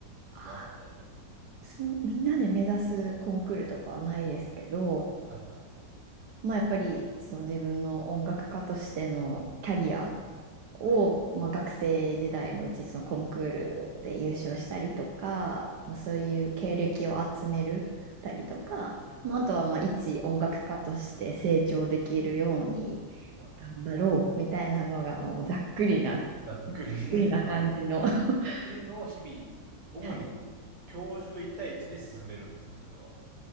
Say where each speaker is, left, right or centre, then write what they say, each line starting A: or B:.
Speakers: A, on the right; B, on the right.
A: あ、
B: はあったり。
A: そ、みんなで目指すコンクールとかはないですけど、
B: はいはい。
A: まあやっぱりその自分の音楽家としてのキャリアを、
B: はい。
A: まあ、学生時代のうちそのコンクールで優勝したりとか、まあ、そういう経歴を集めるたりとか、
B: うんうん。
A: まあ、あとはまあ一音楽家として成長できるように
B: うわ
A: 頑張ろうみたいなのがまあもうざっくりな、ざっ
B: ざっくり、<laughs>
A: くりな感じの
B: そう
A: <laughs>
B: っていうのを日々、主に教授と一対一で進めるんですか、
A: はい
B: それは。